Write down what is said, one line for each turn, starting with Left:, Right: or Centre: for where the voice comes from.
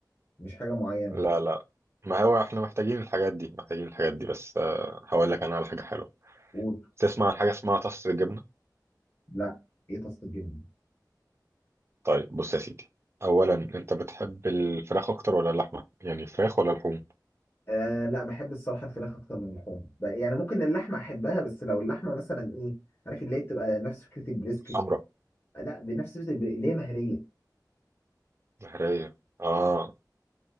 Left: مش حاجه معينه
Right: لا لا ما هو احنا محتاجين الحاجات دي محتاجين الحاجات دي بس آه هقول لك انا على حاجه حلوه
Left: قول
Right: تسمع عن حاجه اسمها طاسه الجبنه
Left: لا ايه تصل الجبنه
Right: طيب بص يا سيدي اولا انت بتحب الفراخ اكتر ولا اللحمه يعني الفراخ ولا اللحوم
Left: آه لا بحب الصراحه الفراخ اكتر من اللحوم بقى- يعني ممكن اللحمه احبها بس لو اللحمه مثلا ايه عارف اللي هي بتبقى نفس فكره البريسكت
Right: حمرا
Left: لا بنفس فكرة البري- اللي هي مهرية
Right: بحريه اه